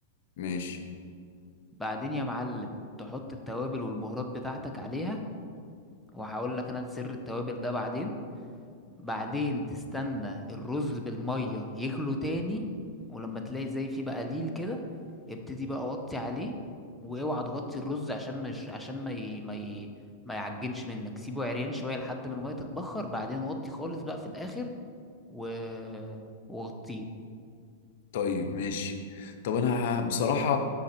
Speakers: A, on the left; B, in the centre.
A: ماشي
B: بعدين يا معلم تحط التوابل والبهارات بتاعتك عليها وهقول لك انا سر التوابل ده بعدين بعدين تستنى الرز بالمية يغلو تاني ولما تلاقي زي فيه بقى ليل كده ابتدي بقى وطي عليه واوعى تغطي الرز عشان ما يش... عشان ما ي... ما ي... ما يعجنش منك سيبه عريان شوية لحد ما المية تتبخر بعدين وطي خالص بقى في الآخر و... وغطيه
A: طيب ماشي طب انا بصراحه